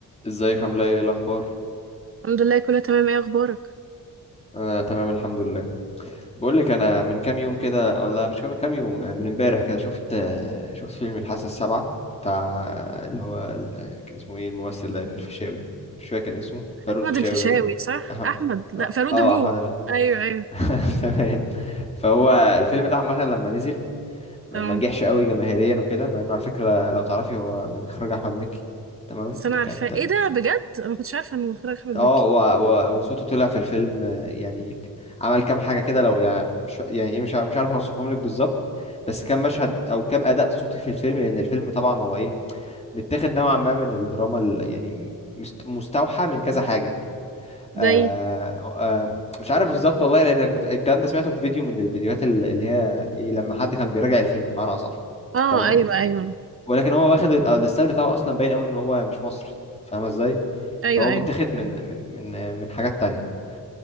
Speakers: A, on the left; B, on the right.
A: ازيك عامله ايه ايه الاخبار
B: الحمد لله كله تمام ايه اخبارك
A: انا تمام الحمد لله بقول لك انا من كام يوم كده ولا مش كام كام يوم من امبارح كده شفت شفت فيلم الحاسه السابعه بتاع اللي هو ال- اسمه ايه الممثل ده ابن الفيشاوي مش فاكر اسمه فاروق
B: احمد
A: الفيشاوي
B: الفيشاوي
A: باين
B: صح
A: أح-
B: احمد لا
A: اه
B: فاروق
A: آه،
B: ابوه
A: احمد الف...
B: ايوه ايوه
A: <laughs> تمام فهو الفيلم ده عامه لما نزل ما
B: تمام
A: نجحش قوي جماهيريا وكده مع انه على فكره لو تعرفي هو من اخراج احمد مكي تمام
B: بس انا عارفه
A: كان
B: ايه ده بجد انا ما كنتش عارفه انه متخرج احمد مكي
A: اه و- و- وصوته طلع في الفيلم آه، يعني ك- عمل كام حاجه كده لو يعني مش يعني ايه مش ع- مش عارف اوصفهم لك بالظبط بس كام مشهد او كام اداء صوتي في الفيلم لان الفيلم طبعا هو ايه متاخد نوعا ما من الدراما ال- يعني مست- مستوحى من كذا حاجه
B: زي
A: آه آه مش عارف بالظبط والله لان كنت الكلام ده سمعته في فيديو من الفيديوهات ال- اللي هي إيه لما حد كان بيراجع الفيلم بمعنى اصح
B: اه
A: تمام
B: ايوه ايوه
A: ولكن هو واخد ال- آه، الستايل بتاعه اصلا باين قوي ان هو مش مصري فاهمه ازاي
B: ايوه
A: فهو
B: ايوه
A: متاخد من من من آه، من حاجات تانية